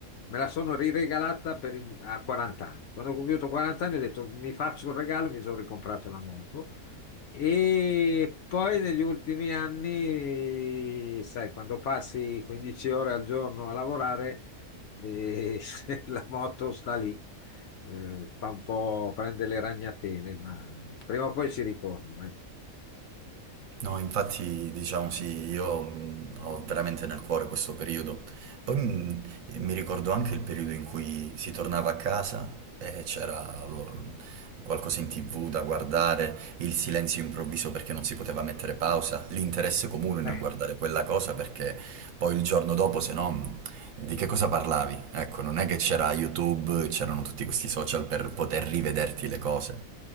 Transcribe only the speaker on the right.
No, infatti, diciamo sì, io mh, ho veramente nel cuore questo periodo. Poi mh, E mi ricordo anche il periodo in cui si tornava a casa e c'era lo- qualcosa in TV da guardare, il silenzio improvviso perché non si poteva mettere pausa, l'interesse comune nel
guardare quella cosa perché poi il giorno dopo, se no, mm, di che cosa parlavi? Ecco, non è che c'era YouTube, c'erano tutti questi social per poter rivederti le cose.